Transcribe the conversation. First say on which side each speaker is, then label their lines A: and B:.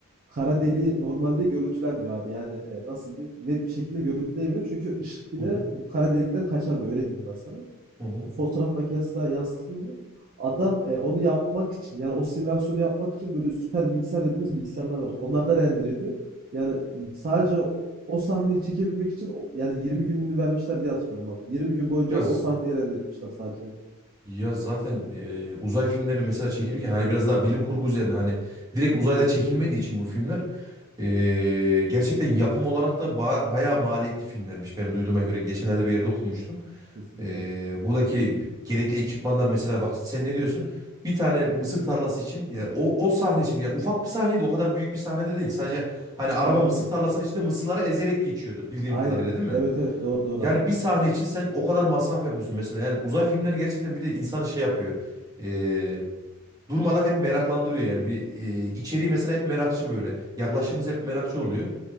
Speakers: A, on the right (about 40°); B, on the right (about 15°).
A: kara deliği normalde görüntülenmiyor abi. Yani e, nasıl diyeyim? Net bir şekilde görüntüleyemiyor. Çünkü ışık bile
B: hı hı.
A: bu kara delikten kaçamıyor. Öyle diyeyim ben sana
B: hı hı.
A: fotoğraf makinesine yazdığını adam, eee, onu yapmak için, yani o simülasyonu yapmak için böyle süper bilgisayar dediğimiz bilgisayarlar var. Onlar da render ediyor. Yani sadece o o sahneyi çekebilmek için o yani 20 gününü vermişler diye hatırlıyorum abi. 20 gün boyunca
B: Ya
A: o sahneyi render etmişler sadece yani.
B: Ya zaten e, uzay filmleri mesela çekilirken hani biraz daha bilim kurgu üzerine hani direkt uzayda çekilmediği için bu filmler e, gerçekten yapım olarak da ba- bayağı maliyetli filmlermiş. Benim duyduğuma göre geçenlerde bir yerde okumuştum.
A: Kesinlikle.
B: E, buradaki gerekli ekipmanlar mesela bak sen ne diyorsun? Bir tane mısır tarlası için ya, o, o sahne için ya ufak bir sahneydi o kadar büyük bir sahnede değil. Sadece hani araba
A: Tabii tabii.
B: mısır tarlasının içinde mısırları ezerek geçiyordu bildiğim
A: Aynen.
B: kadarıyla değil mi?
A: Evet evet doğru doğru
B: Yani
A: abi.
B: bir sahne için sen o kadar masraf yapıyorsun mesela. Yani uzay filmleri gerçekten bir de insanı şey yapıyor. Ee, durmadan hep meraklandırıyor yani. Bir e, içeriği mesela hep merakçı böyle. Yaklaşımımız hep merakçı oluyor.